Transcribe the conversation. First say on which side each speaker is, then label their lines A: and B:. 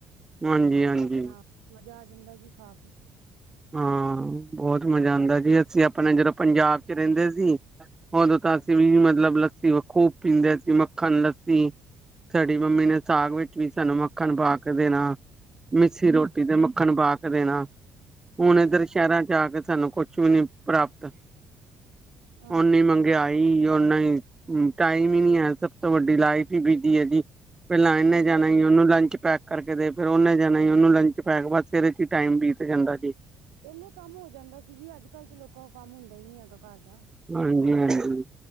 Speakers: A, on the right (about 15°); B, on the right (about 70°).
A: ਹਾਂਜੀ-ਹਾਂਜੀ।
B: ਤੇ ਆਪਣਾ ਮਜ਼ਾ ਆ ਜਾਂਦਾ ਜੀ ਖਾ ਕੇ।
A: ਹਾਂ ਬੋਤ ਮਜ਼ਾ ਆਂਦਾ ਜੀ ਅਸੀਂ ਆਪਣਾ ਜਦੋਂ ਪੰਜਾਬ ਚ ਰੈਂਦੇ ਸੀ ਓਦੋਂ ਤਾਂ ਅਸੀਂ ਵੀ ਮਤਲਬ ਲੱਸੀ ਖੂਬ ਪੀਂਦੇ ਸੀ ਮੱਖਣ ਲੱਸੀ ਸਾਡੀ ਮੰਮੀ ਨੇ ਸਾਗ ਵਿੱਚ ਵੀ ਸਾਨੂੰ ਮੱਖਣ ਪਾ ਕੇ ਦੇਣਾ ਮਿੱਸੀ ਰੋਟੀ ਤੇ ਮੱਖਣ ਪਾ ਕੇ ਦੇਣਾ। ਹੁਣ
B: ਹਾਂਜੀ
A: ਇੱਧਰ
B: ਹਾਂਜੀ
A: ਸ਼ੈਰਾਂ ਚ ਆ ਕੇ ਸਾਨੂੰ ਕੁਛ ਵੀ ਨੀ ਪ੍ਰਾਪਤ।
B: ਹਾਂਜੀ
A: ਓਨੀ
B: ਹਾਂਜੀ
A: ਮੰਗਿਆਈ <unintelligible> ਓਨਾ ਈ ਟਾਈਮ ਈ ਨੀ ਐ ਸਭ ਤੋਂ ਵੱਡੀ ਲਾਈਫ ਈ ਬਿਜੀ ਐ ਜੀ। ਪੈਲਾਂ ਏਨੇ
B: ਹਾਂਜੀ
A: ਜਾਣਾ ਈ <unintelligible> ਓਨੂੰ ਲੰਚ ਪੈਕ ਕਰਕੇ ਦੇ ਫਿਰ ਓਨੇ ਜਾਣਾ ਈ ਓਨੂੰ ਲੰਚ ਪੈਕ ਬਾਦ ਸਵੇਰੇ ਚ ਟਾਈਮ ਬੀਤ ਜਾਂਦਾ ਜੀ।
B: ਪੈਲੇ ਕੰਮ ਹੋ ਜਾਂਦਾ ਸੀ ਜੀ ਅੱਜ ਕੱਲ ਤੇ ਲੋਕਾਂ ਕੋ ਕੰਮ ਹੁੰਦਾ ਈ ਨੀ ਹੈਗਾ ਘਰ ਦਾ।
A: ਹਾਂਜੀ-ਹਾਂਜੀ